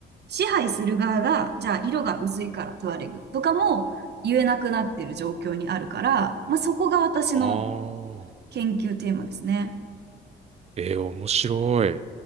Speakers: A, on the right (about 55°); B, on the right (about 35°).
A: 支配する側が、じゃあ色が薄いからトゥアレグとかも言えなくなってる状況にあるから、まあ、そこが私の
B: ああ、
A: 研究テーマですね。
B: ええ、面白い。